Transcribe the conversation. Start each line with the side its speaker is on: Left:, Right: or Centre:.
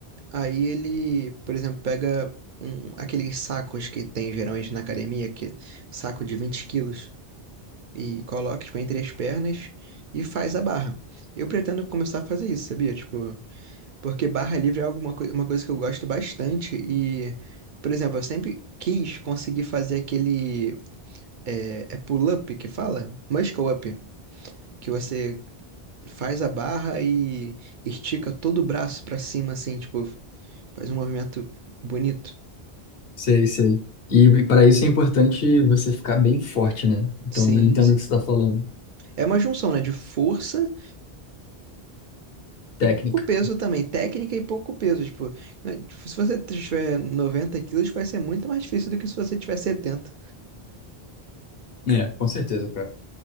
Right: Aí ele, por exemplo, pega um, aqueles sacos que tem geralmente na academia, que é saco de 20 quilos e coloca, tipo, entre as pernas e faz a barra. Eu pretendo começar a fazer isso, sabia? Tipo, porque barra livre é alguma coi- uma coisa que eu gosto bastante e, por exemplo, eu sempre quis conseguir fazer aquele é, é pull-up que fala? Muscle up, que você faz a barra e estica todo o braço pra cima, assim, tipo, faz um movimento bonito.
Left: sei, sei. E, e para isso é importante você ficar bem forte, né? Então,
Right: Sim,
Left: eu entendo
Right: sim.
Left: o que você tá falando.
Right: É uma junção, né, de força
Left: Técnica.
Right: E pouco peso também, técnica e pouco peso. Tipo, né, tipo, se você tiver 90 quilos, vai ser muito mais difícil do que se você tiver setenta
Left: É, com certeza, cara.